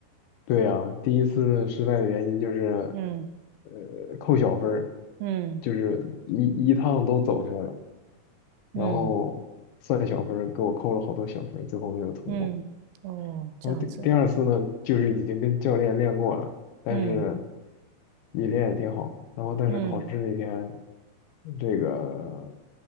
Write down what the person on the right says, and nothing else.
嗯
嗯
嗯
嗯，哦，这样子。
嗯
嗯